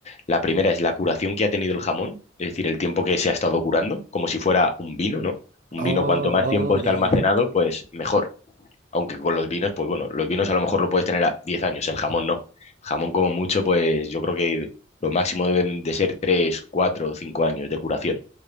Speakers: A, on the left (about 35°); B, on the right (about 45°).
A: La primera es la curación que ha tenido el jamón, es decir, el tiempo que se ha estado curando, como si fuera un vino, ¿no? Un
B: Oh,
A: vino, cuanto más tiempo
B: oh,
A: está
B: ya,
A: almacenado,
B: ya.
A: pues mejor. Aunque con los vinos, pues bueno, los vinos a lo mejor lo puedes tener a 10 años, el jamón no. Jamón como mucho, pues yo creo que lo máximo deben de ser 3, 4 o 5 años de curación.